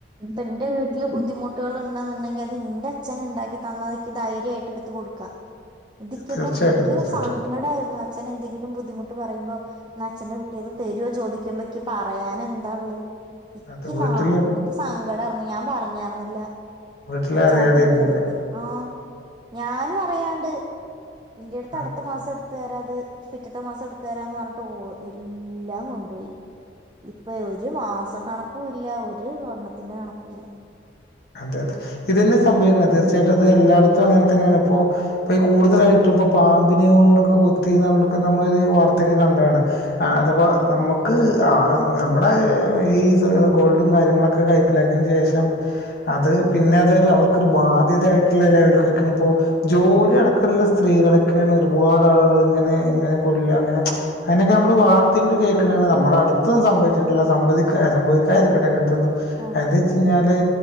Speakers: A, on the right; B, on the left.
A: ഇപ്പ ന്റെ വീട്ട്ല് ബുദ്ധിമുട്ടള് ണ്ട്ന്നുണ്ടെങ്കി അത് ന്റെ അച്ഛന് ണ്ടാക്കി തന്നതൊക്കെ ധൈര്യായിട്ട് എടുത്ത് കൊടുക്കാ തിക്ക്‌യൊക്ക
B: തീർച്ചയായിട്ടും
A: മ്
B: തീർച്ചയായിട്ടും
A: സങ്കടാര്ന്നു അച്ഛന് എന്തെങ്കിലും ബുദ്ധിമു ട്ട് പറയുമ്പോ ന്ന അച്ഛന്റെ കുട്ടിയത് തെരുവോ ചോദിക്കുമ്പോ ക്കിപറയാന് എന്താ ള്ള ഇക്ക്
B: അതെ വീട്ടില്
A: നാണക്കെട് ക്കി സങ്കടാർന്ന് ഞാൻ പറഞ്ഞർന്നില്ല
B: വീട്ടില്
A: അച്ച
B: അറിയാതെയിരുന്നല്ലേ
A: അതി ആഹ് ഞാനു റയാണ്ട് ഇന്റെട്ത്ത്
B: ആ
A: അട്ത്ത് മാസം എടുത്തെരാ ത് പിറ്റത്തെ മാസം എടുത്ത തരാന്ന് പർഞ്ഞ്ട്ട് ഒ എല്ലാം കൊണ്ടുപോയി ഇപ്പ ഒരു മാസ കണക്കു ഇല്ല ഒരു സ്വർണത്തിന്റെ കണക്കുല്ല
B: അതെ അതെ ഇതെന്നെ സംഭവിക്ക്‌ണെ തീർച്ചയായിട്ടും അത് എല്ലായിടത്തും അങ്ങൻ തെന്നെണ് ഇപ്പോ ഇ കൂടുതലായിട്ട് ഇപ്പൊ പാമ്പിനെ കൊണ്ടൊക്ക കൊത്തിന്നർഞ്ഞ്ട്ട് ക്ക നമ്മളൊരു വാർത്തൊക്കെ കണ്ടാണ് ആ അത്പ്പോ നമ്മക്ക് ആ നമ്മുടെ ഈ ഗോൾഡും കാര്യങ്ങളൊക്കെ കയ്ക്കലാക്കി ശേഷം അത് പിന്നെ അതൊര് അവർക്കൊരു ബാധ്യത ആയിട്ട്ള്ള ലെവൽക്കൊക്കെണ് പ്പോ ജോലി അടക്കള്ള സ്ത്രീ ൾക്കെനെ ഒരുപാട് ആളുകൾ ഇങ്ങനെ ങ്ങനെ കൊല്ല അങ്ങനെ അങ്ങനെക്കെ അമ്മള് വാർത്തെ കൂടി കേക്ക്‌ണാണ് നം മ്മള അട്ത്തും സംഭവിച്ചിട്ടില്ല സമ്മതിക്കെ സംഭവിക്കാരിക്കട്ടെ എങ്ങൻത്തൊന്നും
A: അതെ
B: എന്ത്‌ ച്ചയ്ഞ്ഞാല്
A: ഉം